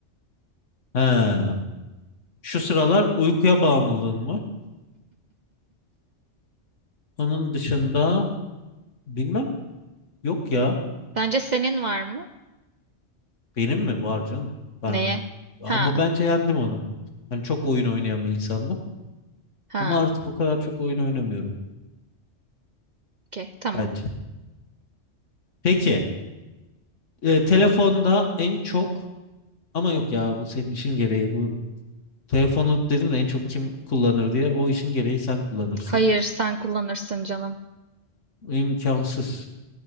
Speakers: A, on the left; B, on the right.
A: He. Şu sıralar uykuya bağımlılığın var. Onun dışında bilmem yok ya.
B: Sence senin var mı?
A: Benim mi var canım? Ben
B: Neye?
A: ama
B: Ha,
A: bence yendim onu. Hani çok oyun oynayan bir insandım.
B: ha.
A: Ama artık o kadar çok oyun oynamıyorum
B: Okey, tamam.
A: bence. Peki e, telefonda en çok ama yok ya bu senin işin gereği. Bu telefonu dedim de en çok kim kullanır diye. O işin gereği sen kullanırsın.
B: Hayır, sen kullanırsın canım.
A: İmkansız.